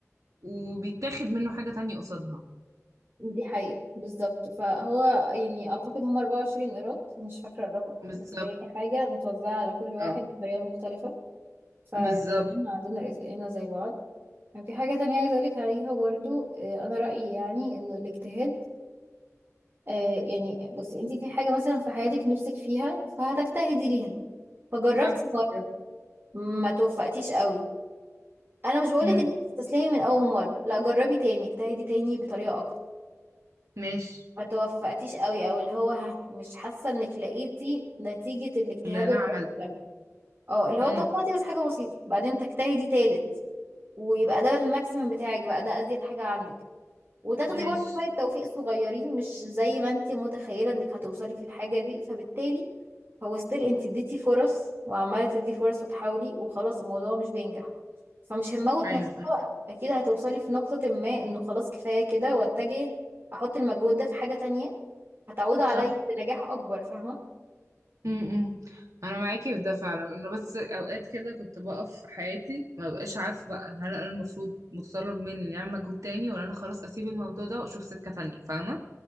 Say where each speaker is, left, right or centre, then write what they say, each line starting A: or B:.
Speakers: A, on the right (about 80°); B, on the right (about 45°).
A: وبيتاخد منه حاجة تانية قصادها
B: دي حقيقة بالظبط فهو يعني أعتقد هم 24 قيراط مش فاكرة الرقم
A: بالظبط
B: بس هي حاجة متوزعة على كل واحد
A: اه
B: بطريقة مختلفة فكلنا
A: بالظبط
B: عندنا رزقنا زي بعض كان في حاجة تانية عايزة أقولك عليها برضو آه، أنا رأيي يعني إنه الاجتهاد آه، يعني بصي أنتي في حاجة مثلا في حياتك نفسك فيها فهتجتهدي ليها فجربتي
A: صح
B: مرة ما توفقتيش قوي أنا مش بقولك
A: مم.
B: إنك تستسلمي من أول مرة لا جربي تاني اجتهدي تاني بطريقة أكتر
A: ماشي
B: ما توفقتيش قوي او اللي هو ها مش حاسه انك لقيتي نتيجه الاجتهاد
A: اللي انا
B: البسيط
A: عملته
B: اه اللي هو
A: مم.
B: توفقتي بس حاجه بسيطه بعدين تجتهدي تالت ويبقى ده الماكسيمم بتاعك بقى ده ازيد حاجه عندك وتاخدي
A: ماشي
B: برضه شويه توفيق صغيرين مش زي ما انت متخيله انك هتوصلي في الحاجه دي فبالتالي هو ستيل انت اديتي فرص وعماله تدي فرص وتحاولي وخلاص الموضوع مش بينجح فمش هنموت
A: ايوه
B: نفسنا
A: فاهمك
B: بقى اكيد هتوصلي في نقطه ما انه خلاص كفايه كده واتجه احط المجهود ده في حاجه تانية هتعود عليا
A: صح
B: بنجاح اكبر فاهمة
A: امم انا معاكي في ده فعلا انا بس اوقات كده كنت بقف في حياتي ما بقاش عارفه بقى هل انا المفروض متطلب مني اني اعمل مجهود تاني ولا انا خلاص اسيب الموضوع ده واشوف سكه تانية فاهمه